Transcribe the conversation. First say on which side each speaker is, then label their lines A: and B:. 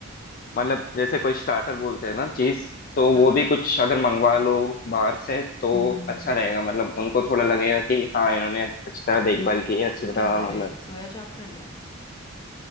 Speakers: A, on the left; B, on the left.
A: मतलब जैसे कोई स्टार्टर बोलते हैं ना चीज तो वो
B: हाँ हाँ
A: भी कुछ अगर मंगवा लो बाहर से तो
B: हम्म हम्म
A: अच्छा
B: हम्म।
A: रहेगा मतलब उनको थोड़ा लगेगा कि हाँ इन्होंने अच्छी तरह देखभाल की है अच्छी
B: तो
A: तरह
B: क्या करें
A: मतलब
B: सोया चाप कर लें